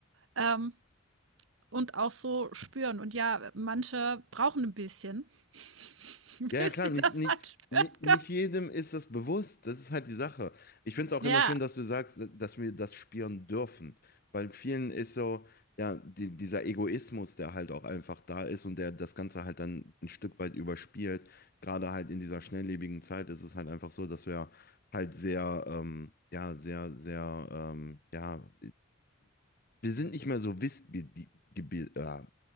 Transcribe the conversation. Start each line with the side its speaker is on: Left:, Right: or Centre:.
Right: ähm, und auch so spüren. Und ja, manche brauchen ein bisschen, <laughs>
Left: Ja,
Right: bis
Left: ja, klar,
Right: sie
Left: nicht,
Right: das
Left: nicht,
Right: halt spüren
Left: nicht, nicht
Right: können.
Left: jedem ist das bewusst. Das ist halt die Sache. Ich finde es auch
Right: Ja,
Left: immer schön, dass du sagst, dass wir das spüren dürfen. Weil vielen ist so, ja, die, dieser Egoismus, der halt auch einfach da ist und der das Ganze halt dann ein Stück weit überspielt. Gerade halt in dieser schnelllebigen Zeit ist es halt einfach so, dass wir halt sehr, ähm, ja, sehr, sehr, ähm, ja, wir sind nicht mehr so wissbegierig, äh,